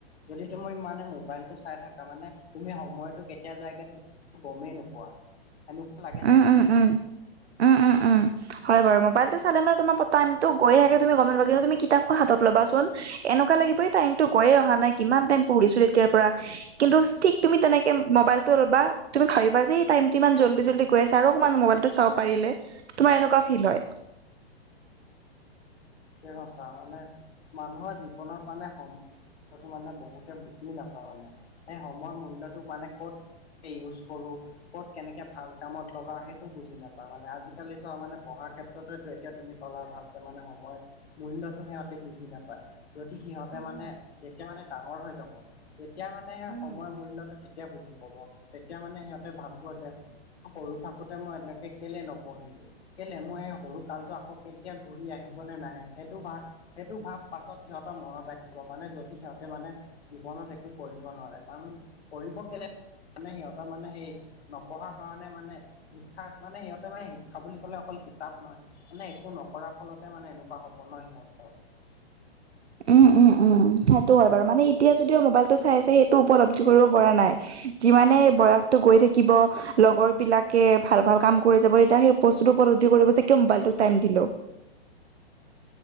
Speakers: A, on the left (about 75°); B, on the right (about 90°).
A: যদি তুমি ইমানে মোবাইলটো চাই থাকা মানে তুমি সময়টো কেতিয়া যায়গে তুমি গমেই নোপোৱা লাগে নাই
B: উম
A: তোমাক
B: উম উম
A: <unintelligible>
B: উম, উম উম হয় বাৰু মোবাইলটো চালেনে তোমাৰ টাইমতো গৈ থাকে তুমি গম নোপোৱা কিন্তু তুমি কিতাপ খন হাতত ল'বাচোন এনেকুৱা লাগিব এ টাইমটো গৈয়ে অহা নাই কিমান টাইম পঢ়িছো তেতিয়াৰ পৰা কিন্তু ঠিক তুমি তেনেকে মোবাইলটো লবা তুমি ভাবিবা যে এ টাইমটো ইমান জল্দি জল্দি গৈ আছে আৰু অকমান মোবাইলতো চাব পাৰিলে তোমাৰ এনেকুৱা ফিল হয়
A: কৈছা মানে মানুহৰ জীৱনত মানে সময়তো মানে বহুতে বুজি নেপাই মানে সেই সময়ৰ মূল্য মানে ক'ত ইউজ কৰোঁ কত কেনেকে ভাল কামত লগাও সে বুজি নাপায় মানে আজিকালি চব মানে পঢ়াৰ ক্ষেত্ৰতেতে এতিয়া তুমি কলা ভালকে মানে সময় মূল্যতো সিহঁতে বুজি নাপায় যদি সিহঁতে
B: উম,
A: মানে
B: উম,
A: যেতিয়া মানে ডাঙৰ হৈ যাব তেতিয়া মানে সেই
B: উম।
A: সময়ৰ মূল্যটো তেতিয়া বুজি পাব তেতিয়া মানে সিহঁতে ভাবিব যে সৰু থাকোতে মই এনেকে কেলে নপঢ়িলো কেলে মই সেই সৰু কালটো আকৌ কেতিয়া ঘূৰি আহিবনে নাহে সেইটো ভাব সেইটো ভাব পাছত সিহঁতৰ মনত আহিব মানে যদি সিহঁতে মানে জীৱনত একো কৰিব নোৱাৰে কাৰণ কৰিব কেলে মানে সিহঁতৰ মানে সেই নপঢ়াৰ কাৰণে মানে শিক্ষাক মানে সিহঁতে মানে শিক্ষা বুলি ক'লে অকল কিতাপ নহয় মানে একো নকৰা ফলতে মানে এনেকুৱা হ'ব ন সিহঁতৰ
B: উম উম উম সেইটো হয় বাৰু মানে এতিয়া যদিও মোবাইলটো চাই চাই সেইটো উপলব্ধি কৰিব পৰা নাই যিমানে বয়সটো গৈ থাকিব লগৰ বিলাকে ভাল ভাল কাম কৰি যাব তেতিয়া সেই বস্তুটো উপলব্ধি কৰিব যে কিয় মবাইলটোক টাইম দিলো